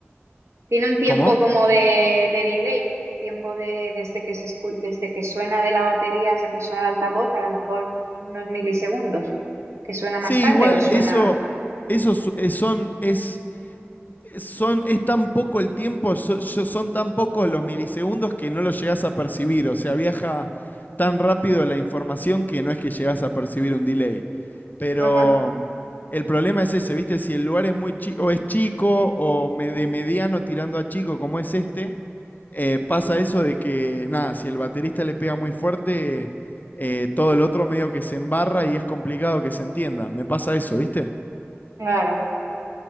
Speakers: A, on the right (about 85°); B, on the left (about 40°).
A: tiene un tiempo
B: ¿Cómo?
A: como de, de delay, tiempo de, desde que se escu- desde que suena de la batería hasta que suena el altavoz, a lo mejor unos milisegundos, que suena
B: Sí,
A: más tarde
B: igual
A: o suena...
B: eso, eso su- eh, son, es son, es tan poco el tiempo, so- yo- son tan pocos los milisegundos que no lo llegás a percibir. O sea, viaja tan rápido la información que no es que llegás a percibir un delay. Pero
A: Ajá,
B: mm, el problema es ese, ¿viste? Si el lugar es muy chico, o es chico, o me- de mediano tirando a chico, como es este, eh, pasa eso de que, nada, si el baterista le pega muy fuerte, eh, todo el otro medio que se embarra y es complicado que se entienda. Me pasa eso, ¿viste?
A: claro,